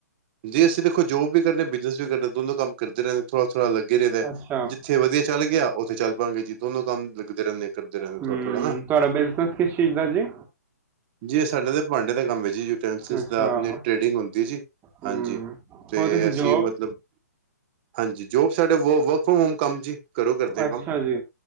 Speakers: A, on the right (about 35°); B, on the right (about 20°).
A: ਜੀ ਅਸੀਂ ਦੇਖੋ ਜੋਬ ਵੀ ਕਰਨੇ, ਬਿਜਨਸ ਵੀ ਕਰਨੇ। ਦੋੋਂਣੋ ਕੰਮ ਕਰਦੇ ਰਹਿੰਦੇ, ਥੋੜਾ-ਥੋੜਾ ਲੱਗੇ ਰਈ ਦੈ,
B: ਅੱਛਾ
A: ਜਿਥੇ ਵਧੀਆ ਚੱਲ ਗਿਆ, ਔ ਔਥੇ ਚੱਲ ਪਾਂਗੇ ਜੀ, ਦੋਨੋ ਕੰਮ ਲੱਗਦੇ ਰੈਣੇ, ਕਰਦੇ ਰੈੰਦੇ
B: ਹੂੰ
A: ਥੋੜਾ- ਥੋੜਾ ਨਾ।
B: ਤੁਹਾਡਾ ਬਿਜ਼ਨਸ ਕਿਸ ਚੀਜ਼ ਦਾ ਜੀ
A: ਜੀ ਸਾਡੇ ਤੇ ਭਾਂਡੇ ਦਾ ਕੰਮ ਏ, ਯੂਟੈੰਸਿਸ
B: ਅੱਛਾ
A: ਦਾ, ਅਪਣੀ ਟਰੇਡਿੰਗ ਹੋੰਦ ਜੀ,
B: ਹੂੰ
A: ਹਾਂਜੀ, ਤੇ
B: ਹੋਰ ਤੁਸੀਂ
A: ਅਸੀਂ
B: ਜੋਬ
A: ਮਤਲ ਲਬ, ਹਾਂਜੀ ਜੋਬ ਸਾਡੇ ਵ ਵਰਕ ਫਰੋਮ ਹੋਮ ਕੰਮ ਜੀ, ਘਰੋ ਕਰਦੇ ਆ
B: ਅੱਛਾ
A: ਕੰਮ।
B: ਜੀ